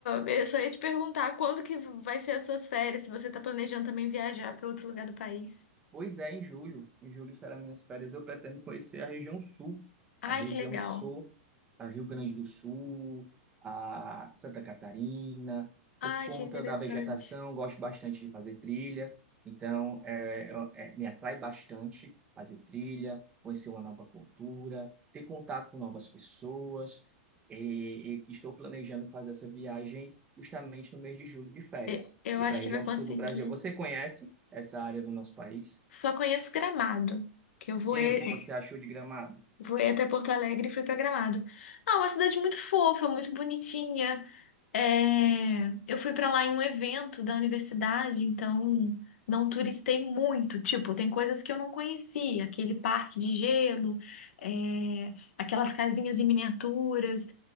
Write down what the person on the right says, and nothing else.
Pois é, em julho. Em julho serão minhas férias. Eu pretendo conhecer a região sul.
A região
sul, a Rio Grande do Sul, a Santa Catarina. Por
conta
da vegetação, gosto bastante de fazer trilha. Então, é, eu- é, me atrai bastante fazer trilha, conhecer uma nova cultura, ter contato com novas pessoas. E, e estou planejando fazer essa viagem justamente no mês de julho de férias.
E
para a região
sul do Brasil. Você conhece essa área do nosso país?
E aí,
o que você achou de Gramado?